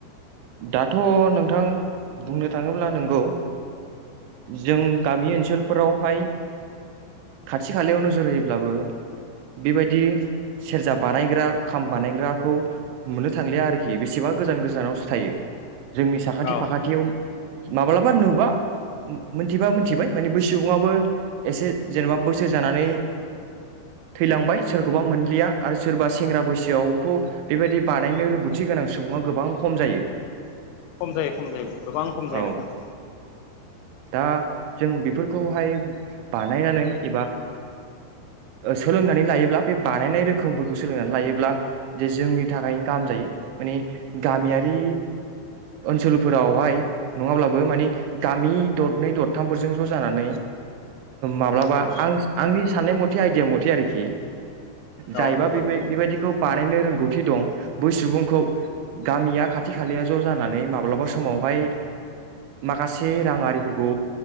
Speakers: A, on the right; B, on the left.
A: दाथ' नों नोंथां बुंनो थाङोब्ला नंगौ जों गामि ओनसोलफोरावहाय खाथि खालायाव नोजोर होयोब्लाबो बेबायदि सेरजा बानायग्रा खाम बानायग्राखौ मोननो थांलिया आरोखि बेसेबा गोजान गोजानावसो थायो। जोंनि साखाथि
B: औ
A: फाखाथियाव माब्लाबा नुबा मोनथिबा मोनथिबाय माने बै सुबुङाबो एसे जेनेबा बोसोर जानानै थैलांबाय सोरखौबा मोनलिया आरो सोरबा सेंग्रा बैसोआवथ' बेबायदि बानायनो रोंगौथि गोनां सुबुङा गोबां खम जायो।
B: खम जायो खम जायो गोबां खम जायो
A: औ
B: नोंथां।
A: दा जों बेफोरखौहाय बानायनानै एबा सोलोंनानै लायोब्ला बे बानायनाय रोखोमफोरखौ सोलोंनानै लायोब्ला जे जोंनि नि थाखाय गाहाम जायो माने गामियारि ओनसोलफोरावहाय नङाब्लाबो माने गामि दरनै दरथामफोरजों ज' जानानै माब्लाबा
B: औ
A: आं आंनि साननाय मथे आइदिया मथे आरोखि जायबा
B: औ नंगौ
A: बे
B: नंगौ
A: बेबायदिखौ बानायनो रों थि दं बै सुबुंखौ गामिया खाथि खालाया ज' जानानै माब्लाबा समावहाय माखासे रां आरिफोरखौ